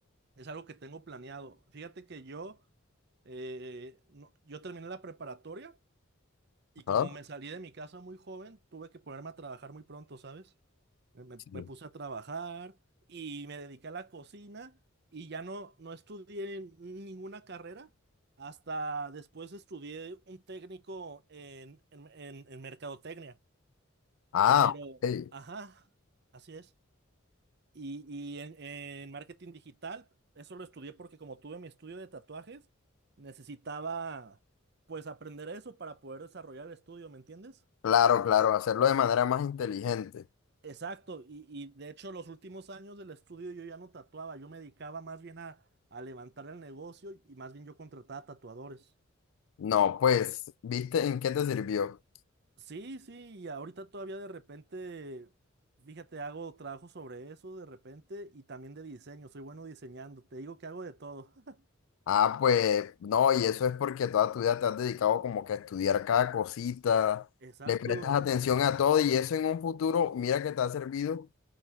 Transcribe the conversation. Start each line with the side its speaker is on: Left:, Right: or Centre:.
Right: es algo que tengo planeado. Fíjate que yo, eh, no- yo terminé la preparatoria y como
Left: Ajá.
Right: me salí de mi casa muy joven, tuve que ponerme a trabajar muy pronto, ¿sabes? Me, me-
Left: Sí.
Right: me puse a trabajar y me dediqué a la cocina y ya no, no estudié ninguna carrera. Hasta después estudié un técnico en, en, en en mercadotecnia.
Left: Ah,
Right: Pero,
Left: ok.
Right: ajá, así es. Y, y en, en marketing digital, eso lo estudié porque como tuve mi estudio de tatuajes, necesitaba pues aprender eso para poder desarrollar el estudio, ¿me entiendes?
Left: Claro, claro, hacerlo de manera más inteligente.
Right: Exacto, y, y de hecho los últimos años del estudio yo ya no tatuaba, yo me dedicaba más bien a, a levantar el negocio y más bien yo contrataba tatuadores.
Left: No, pues, ¿viste en qué te sirvió?
Right: Sí, sí, y ahorita todavía de repente, fíjate, hago trabajo sobre eso de repente y también de diseño, soy bueno diseñando, te digo que hago de todo. <laughs>
Left: Ah, pues no, y eso es porque toda tu vida te has dedicado como que a estudiar cada cosita,
Right: Exacto,
Left: le prestas atención a todo y eso en un futuro, mira que te ha servido,